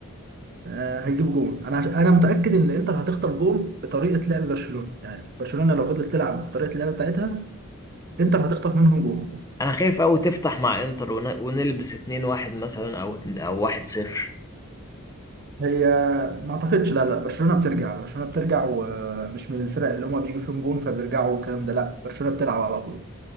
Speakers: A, on the right; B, on the left.
A: آه، هيجيبوا جون انا عش... انا متاكد ان انتر هتخطف جون بطريقه لعب برشلونه يعني برشلونه لو فضلت تلعب بطريقه اللعب بتاعتها انتر هتخطف منهم جون
B: انا خايف اوي تفتح مع انتر ون- ونلبس 2-1 مثلا او اتنين- او 1-0
A: هي ما اعتقدش لا لا برشلونه بترجع برشلونه بترجع ومش من الفرق اللي هما بيجوا فيهم جون فبيرجعوا والكلام ده لا برشلونه بتلعب على طول